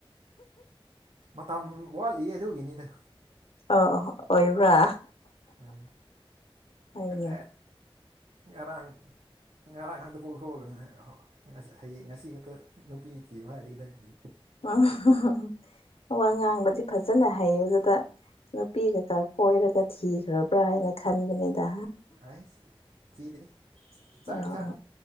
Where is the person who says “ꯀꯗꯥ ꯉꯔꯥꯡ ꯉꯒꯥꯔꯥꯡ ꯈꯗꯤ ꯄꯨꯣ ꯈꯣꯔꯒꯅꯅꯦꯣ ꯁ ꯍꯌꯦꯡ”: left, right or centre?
Right